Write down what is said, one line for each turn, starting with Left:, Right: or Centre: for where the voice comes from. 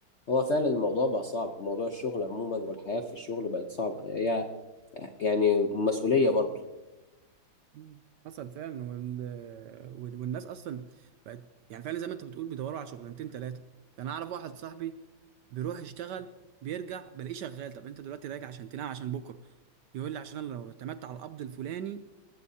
Left: هو فعلا الموضوع بقى صعب موضوع الشغل عموما والحياه في الشغل بقت صعبه هي يعني مسؤوليه برضه
Right: مم. حصل فعلا وال... وال... والناس اصلا بقت يعني فعلا زي ما انت بتقول بيدوروا على شغلانتين ثلاثة ده انا اعرف واحد صاحبي بيروح يشتغل بيرجع بلاقيه شغال طب انت دلوقتي راجع عشان تنام عشان بكرة يقول لي عشان انا لو اعتمدت على القبض الفلاني